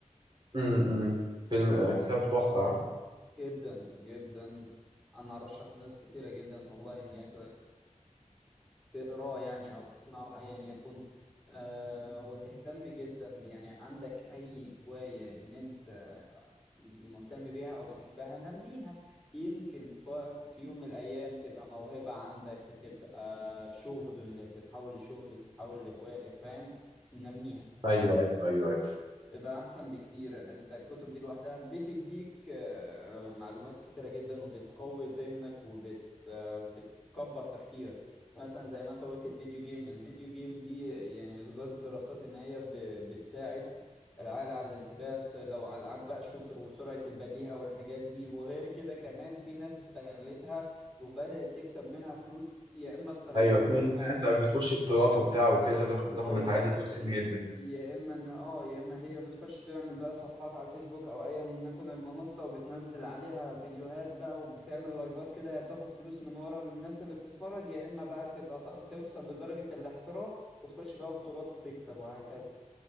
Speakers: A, on the right; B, in the centre.
A: امم فيلم آه، كتاب تحفه ها؟
B: جدا جدا انا ارشح ناس كتيره جدا والله ان هي تقراه يعني أو تسمعه أيا يكن آه وتهتم جدا يعني عندك أي هواية إن أنت مهتم بيها أو بتحبها نميها يمكن ف- في يوم من الأيام تبقى موهبة عندك وتبقى شغل تتحول لشغل تتحول لهواية فاهم نميها
A: ايوه ايوه ايوه ايوه
B: بيبقى احسن بكتير انت الكتب دي لوحدها بتديك آه، معلومات كتيرة جدا وبتقوي ذهنك وبت آه، بتكبر تفكيرك مثلا زي ما انت قلت الفيديو جيم الفيديو جيم دي يعني اثبت الدراسات ان هي ب- بتساعد العقل على الانتباه س- لو على العاب بقى شوتر وسرعة البديهة والحاجات دي وغير كده كمان في ناس استغلتها وبدأت تكسب منها فلوس يا اما بطريقتين
A: ايوه في
B: يا اما
A: في ناس بتخش بطولات وبتاع وكده بتاخد بتاخد
B: بالظبط
A: من الحاجات دي فلوس
B: ي-
A: كتير جدا
B: يا اما ان اه يا اما هي بتخش تعمل بقى صفحات على الفيسبوك او ايا يكن المنصه وبتنزل عليها فيديوهات بقى وبتعمل لايفات كده هي بتاخد فلوس من ورا الناس اللي بتتفرج يا اما بقى تبقى ت- توصل لدرجه الاحتراف وتخش بقى بطولات وتكسب وهكذا